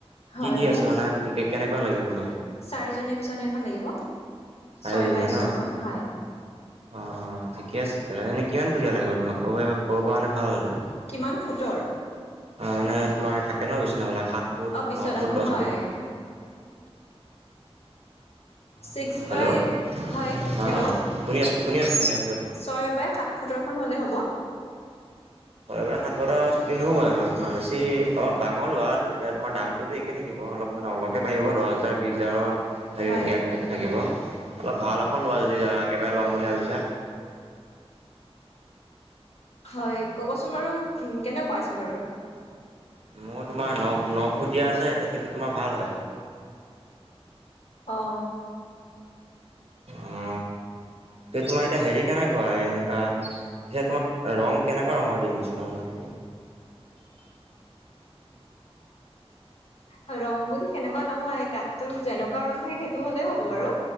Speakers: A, on the left; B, on the right.
A: হয়
B: কি কি
A: মোক
B: আছে মানে কেনেকোৱা লাগিব তোমাক?
A: চাৰিজনীয়া বিচনী এখন লাগিব
B: চাৰিদিনীয়া
A: ছয় বাই
B: ন
A: ছয়খন হয়।
B: অ ঠিকে আছে তেতিয়াহ'লে এনে কিমান ফুটীয়া লাগিব তোমাক ক'ব ক'ব পাৰিবা কব পৰা হ'লে ভাল হ'লহতেন
A: কিমান ফুটৰ
B: মানে তোমাৰ থাকে ন বিচনাবিলাক সাত ফুট
A: অ' বিচনাখন
B: ন ফুট দহ
A: হয়
B: ফুট
A: ছিক্স
B: হেল্ল'
A: বাই হয়,
B: অ',
A: হেল্ল
B: শুনি আছোঁ শুনি আছোঁ শুনি আছোঁ কৈ থাকক
A: ছয় বাই সাত ফুটৰ এখন হ'লে হ'ব
B: ছয় বা সাত ফুটৰ ছুটি নহ'ব জানো? তোমাৰ বেছি অলপ ডাঙৰ লোৱা তেতিয়া তোমাৰ দামটোতো একেই থাকিব অলপ মানে অলপহে বাঢ়িব দহ হাজাৰ বিশ হাজাৰৰ। হেৰি
A: হয়
B: গেপ থা থাকিব অলপ ভাল এখন লোৱা যদি একেবাৰে ল'ম বুলি ভাবিছা
A: হয় কবচোন বাৰু উম কেনেকোৱা আছে বাৰু।
B: মোৰ তোমাৰ ন ন ফুটীয়া আছে সেইটো তোমাৰ ভাল হয়
A: অ'
B: অ তে তোমাৰ এতিয়া হেৰি কেনেকোৱা এনেকা সেয়া তোমাক ৰং কেনেকোৱা ৰঙৰ দিম বিচনা আপোনাক
A: অ ৰং বুলি সেনেকোৱা নহয় কাঠটোৰ যেনেকোৱা ৰং থাকে সেইটো হ'লেই হ'ব বাৰু,